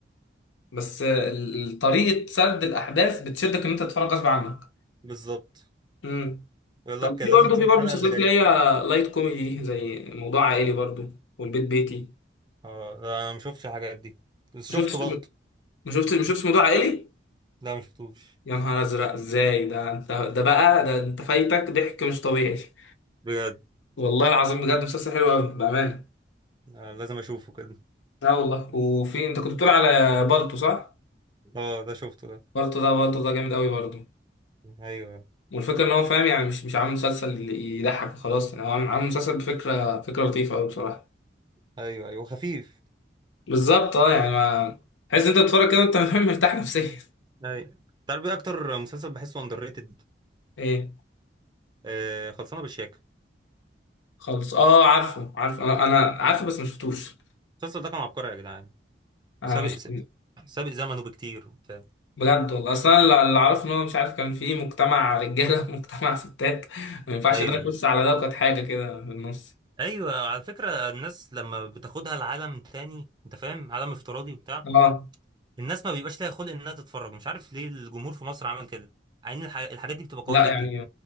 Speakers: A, on the left; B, on the right.
A: بس ال- طريقة سرد الأحداث بتشدك إن أنت تتفرج غصب عنك
B: بالظبط
A: امم
B: يقول
A: طب
B: لك
A: في
B: لازم
A: برضه
B: تشوف
A: في
B: الحلقة
A: برضه مسلسلات
B: اللي جاية
A: اللي هي لايت كوميدي زي موضوع عائلي برضه والبيت بيتي
B: اه لا، انا ما شفتش الحاجات دي بس شفت
A: ما شفتش
B: بالطو
A: ما شفتش ما شفتش موضوع عائلي
B: لا ما شفتوش
A: يا نهار أزرق إزاي ده أنت ده بقى ده أنت فايتك ضحك مش طبيعي
B: بجد
A: والله العظيم بجد مسلسل حلو أوي بأمانة
B: آه، لازم اشوفه كده
A: لا والله وفي أنت كنت بتقول على بالتو صح؟
B: اه ده شفته ده
A: بالتو ده بالتو ده جامد أوي برضه
B: ايوه
A: والفكرة إن هو فاهم يعني مش مش عامل مسلسل يضحك وخلاص يعني هو عامل عامل مسلسل بفكرة فكرة لطيفة أوي بصراحة
B: ايوه ايوه خفيف
A: بالظبط اه يعني ما تحس إن انت بتتفرج كده وانت <laughs> مرتاح نفسيا
B: ايوه تعرف ايه اكتر مسلسل بحسه اندر ريتد
A: ايه
B: آه خلصانه بالشياكه
A: خالص اه عارفه عارف انا أنا عارفه بس ما شفتوش
B: المسلسل ده كان عبقري يا جدعان وسابق
A: انا مش
B: سابق زمنه بكتير وبتاع
A: بجد والله اصلا اللي اللي اعرفه ان هو مش عارف كان في مجتمع رجاله <laughs> ومجتمع ستات ما ينفعش
B: ايوه
A: ده يخش على ده وكانت حاجه كده في النص
B: ايوه على فكره الناس لما بتاخدها لعالم تاني انت فاهم عالم افتراضي وبتاع
A: اه
B: الناس ما بيبقاش ليها خلق انها تتفرج مش عارف ليه الجمهور في مصر عمل كده عين الح... الحاجات دي بتبقى قويه
A: لا
B: جدا
A: يعني